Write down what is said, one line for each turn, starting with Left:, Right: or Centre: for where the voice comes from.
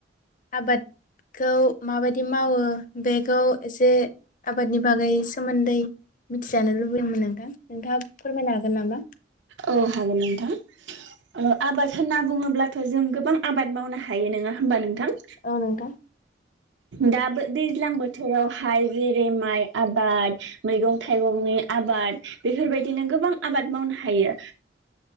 Left: आबादखौ माबायदि मावो बेखौ एसे आबादनि बागै सोमोन्दै मिथिजानो लुबैयमोन नोंथां। नोंथाङा फोरमायनो हागोन नामा?
Right: औ हागोन नोंथां। ओ आबाद होनना बुङोब्लाथ' जों गोबां आबाद मावनो हायो। नोङा होमबा नोंथां?
Left: औ नोंथा।
Right: दा दैज्लां बोथोरावहाय जेरै माइ आबाद मैगं थाइगंनि आबाद बेफोरबायदिनो गोबां आबाद मावनो हायो।